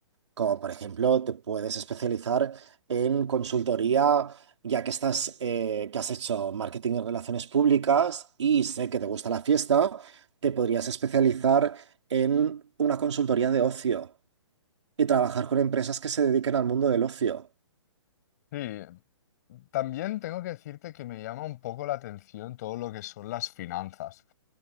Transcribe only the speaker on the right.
Como por ejemplo, te puedes especializar en consultoría, ya que estás, eh, que has hecho marketing en relaciones públicas y sé que te gusta la fiesta, te podrías especializar en una consultoría de ocio y trabajar con empresas que se dediquen al mundo del ocio.